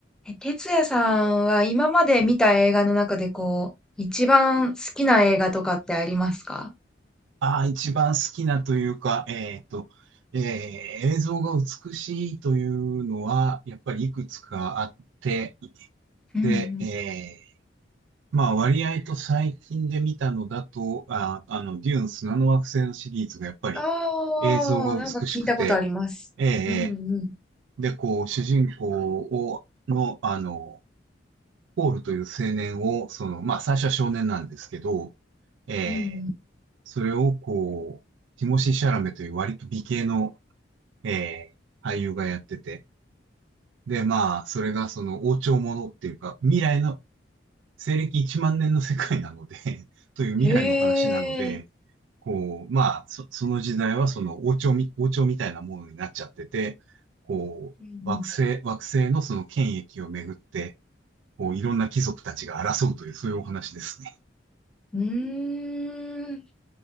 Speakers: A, in the centre; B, on the right (about 80°).
A: え、哲也さんは今まで見た映画の中でこう、一番好きな映画とかってありますか
B: ああ、一番好きなというか、えっと、えー映像が美しいというのは、やっぱりいくつかあって、
A: うんうん。
B: で、えーまあ割合と最近で見たのだと、あ、あの、デューン砂の惑星のシリーズがやっぱり
A: ああ、
B: 映像が美しくて、
A: なんか聞いたことあります。
B: えーえ
A: うんうん。
B: ーで、こう、主人公を、の、あの、ポールという青年を、その、まあ最初は少年なんですけど、えー
A: うん
B: それをこう、ティモシー・シャラメという割と美形の、えー俳優がやってて。で、まあ、それがその王朝ものっていうか、未来の、西暦1万年の世界なので <laughs> という未来の話なので、
A: うん。へえ。
B: こう、まあ、そ、その時代はその王朝み、王朝みたいなものになっちゃってて、こう、
A: うん
B: 惑星、惑星のその権益をめぐって、こう、いろんな貴族たちが争うという、そういうお話ですね。
A: うん。うーん。